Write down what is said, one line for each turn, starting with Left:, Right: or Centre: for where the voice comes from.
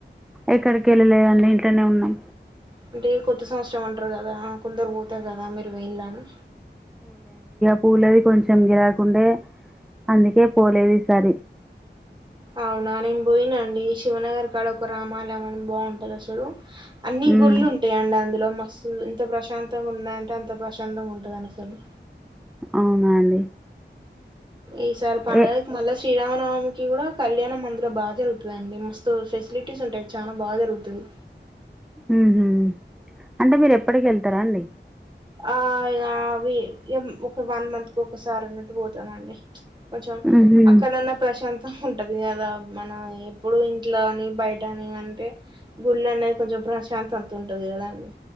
Centre: ఎక్కడికి వెళ్ళలేదండి ఇంట్లోనే ఉన్నాం
Right: అంటే కొత్త సంవత్సరం ఉంటారు కదా కొందరు పోతారు కదా మీరు వెయిన్లా అని
Centre: పూలవి కొంచెం గిరాకుండే అందుకే పోలేదు ఈసారి
Right: అవునా నేను పోయినండి శివనగర్ కాడ ఒక రామాలయం అని బాగుంటది అసలు అన్నిీ
Centre: మ్మ్
Right: గుళ్ళు ఉంటాయి అండి అందులో ఇంత ప్రశాంతంగా ఉన్నంటే అంత ప్రశాంతంగా ఉంటుందని అసలు
Centre: అవునా అండి
Right: ఈ సార్ పంండగకి
Centre: ఏ
Right: మళ్ళీ శ్రీరామనవమికి కూడా కళ్యాణం మందులో బాగా జరుగుతుందిండి మస్తు ఫెసిలిటీస్ ఉంటాయి చాలా బాగా జరుగుతుంది
Centre: ఉహు అంటే మీరు ఎప్పటికి వెళ్తారా అండి
Right: ఆ ఇ అవి ఒక వన్ మంత్ కు ఒకసారి సారన్నట్టు పోతా అండి కొంచెం
Centre: మ్హూ
Right: అక్కడన్నా ప్రశాంతం ఉంటది కదా మన ఈ ఇప్పుడు ఇంట్లో అని బయట అని అంటే గుళ్ళ అనేది కొంచెం ప్రశాంత త ఉంటది కదాండి